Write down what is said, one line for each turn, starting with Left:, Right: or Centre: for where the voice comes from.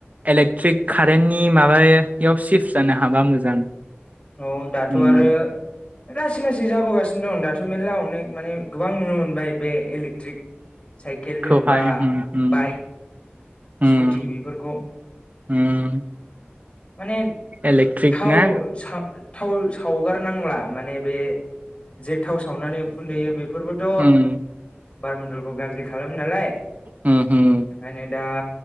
Right: इलेक्ट्रिक कारेन्टनि माबायाव सिफ्ट जानो हाबा मोजां
Left: औ दाथ'
Right: उम
Left: आरो लासै लासै जाबोगासिनो दं दाथ' मेल्ला अनेक माने गोबां नुनो मोनबाय इलेक ट्रिक साइकेल जेनेबा
Right: खौहाय उम उम
Left: बाइक
Right: उम
Left: स्कुटि बेफोरखौ
Right: उम
Left: माने
Right: इलेक्ट्रिक
Left: थाव
Right: ना
Left: सा थाव सावगारनांला माने बे जे थाव सावनानै उखुन्दैयो बे फोरबोथ'
Right: उम
Left: बारमन्दलखौ गाज्रि खालामो नालाय।
Right: उम उम
Left: ओंखायनो दा